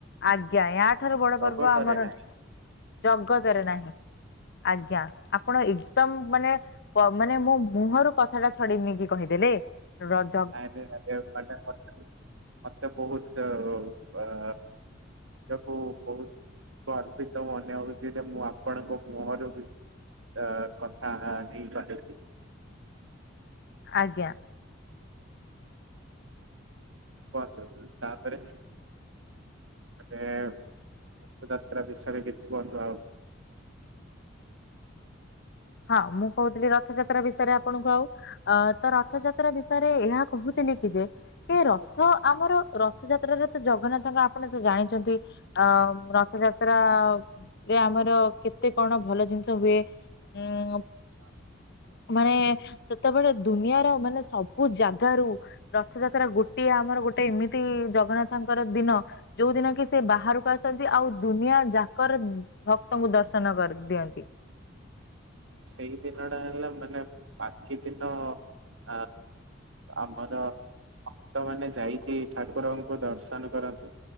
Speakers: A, on the left; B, on the right.
A: ଆଜ୍ଞା। ୟା ଠାରୁ ବଡ
B: ଜଗତରେ
A: ପର୍ବ ଆମର-
B: ନାହିଁ
A: ଜଗତରେ ନାହିଁ। ଆଜ୍ଞା ଆପଣ ଏକଦମ୍ ମାନେ- ପ ମାନେ ମୋ ମୁହଁରୁ କଥାଟା ଛଡେଇ ନେଇକି କହିଦେଲେ ରଜ୍-
B: ଆରେ ମନେ <inaudible> ମତେ ମତେ ବହୁତ ଅ ନିଜକୁ ବହୁତ୍ ଗର୍ବିତ ମନେ ହେଉଚିଯେ ମୁଁ ଆପଣଙ୍କ ମୁହଁରୁ କି- ଅ କଥା ନେଇପାରୁଚି।
A: ଆଜ୍ଞା।
B: କୁହନ୍ତୁ ତାପରେ? ମାନେ ରଥଯାତ୍ରା ବିଷୟରେ କିଛି କୁହନ୍ତୁ ଆଉ?
A: ହଁ ମୁଁ କହୁଥିଲି ରଥଯାତ୍ରା ବିଷୟରେ ଆପଣଙ୍କୁ ଆଉ। ଅ ତ ରଥଯାତ୍ରା ବିଷୟରେ ଏହା କହୁଥିଲି କି ଯେ- ଏ ରଥ ଆମର ରଥଯାତ୍ରାରେ ତ ଜଗନ୍ନାଥଙ୍କ ଆପଣ ତ ଜାଣିଚନ୍ତି। ଅ ରଥଯାତ୍ରା ରେ ଆମର କେତେ କଣ ଭଲ ଜିନିଷ ହୁଏ। ଉଁ
B: ହଁ
A: ମାନେ। ସେତେବେଳେ ଦୁନିଆର ମାନେ ସବୁ ଜାଗାରୁ- ରଥଯାତ୍ରା ଗୋଟିଏ ଆମର ଗୋଟେ ଏମିତି ଜଗନ୍ନାଥଙ୍କର ଦିନ। ଯୋଉଁ ଦିନ କି ସେ ବାହାରକୁ ଆସନ୍ତି। ଆଉ ଦୁନିଆ ଯାକର- ଭକ୍ତ ଙ୍କୁ ଦର୍ଶନ କରି ଦିଅନ୍ତି।
B: ସେଇଦିନଡ଼ା ହେଲା ମାନେ ବାକି ଦିନଅଁ ଆ। ଆମର ଭକ୍ତମାନେ ଯାଇକି ଠାକୁରଙ୍କୁ ଦର୍ଶନ କରନ୍ତି।